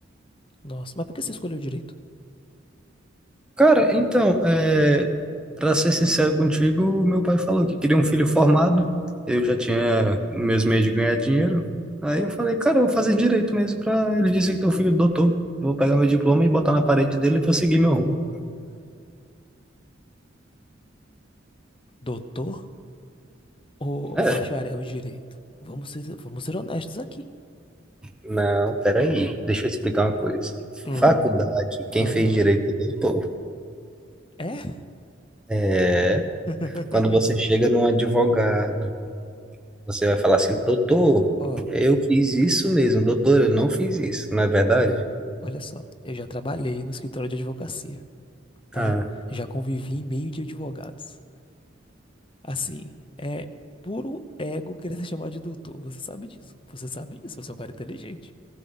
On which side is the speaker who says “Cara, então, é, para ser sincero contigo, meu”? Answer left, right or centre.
Centre